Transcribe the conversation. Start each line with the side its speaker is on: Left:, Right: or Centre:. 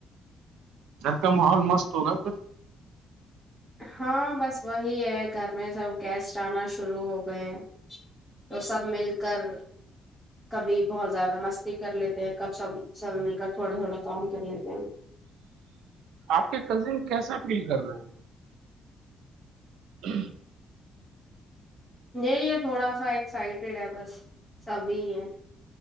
Right: گھر کا ماحول مست ہوگا پھر
Centre: ہاں بس وہی ہے گھر میں سب گیسٹ آنا شروع ہو گئے ہیں تو سب مل کر کبھی بہت زیادہ مستی کر لیتے ہیں کب سب سب مل کر تھوڑا تھوڑا کام کر لیتے ہیں
Right: آپ کے تظیم کیسا فیل کر رہے ہیں ہ
Centre: یہ ہے تھوڑا سا ایکسائٹیڈ ہے بس سبھی ہے